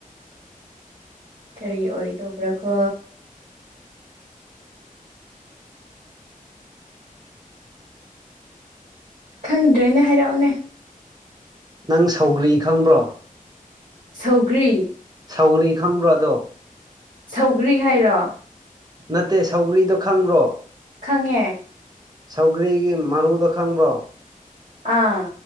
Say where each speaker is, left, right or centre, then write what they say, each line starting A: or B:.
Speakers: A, on the right; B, on the right.
A: ꯀꯔꯤ ꯑꯣꯏꯗꯧꯕ꯭ꯔꯥ ꯀꯣ ꯈꯪꯗ꯭ꯔꯦꯅꯦ ꯍꯥꯏꯔꯛꯎꯅꯦ
B: ꯅꯪ ꯁꯧꯒ꯭ꯔꯤ ꯈꯪꯕ꯭ꯔꯣ
A: ꯁꯧꯒ꯭ꯔꯤ
B: ꯁꯧꯒꯔꯤ ꯈꯪꯕ꯭ꯔꯣ ꯑꯗꯣ
A: ꯁꯧꯒ꯭ꯔꯤ ꯍꯥꯏꯔꯣ
B: ꯅꯠꯇꯦ ꯁꯒ꯭ꯔꯤꯗꯣ ꯈꯪꯕ꯭ꯔꯣ
A: ꯈꯪꯉꯦ
B: ꯁꯧꯒ꯭ꯔꯤꯒꯤ ꯃꯔꯨꯗꯣ ꯈꯪꯕ꯭ꯔꯣ
A: ꯑꯥ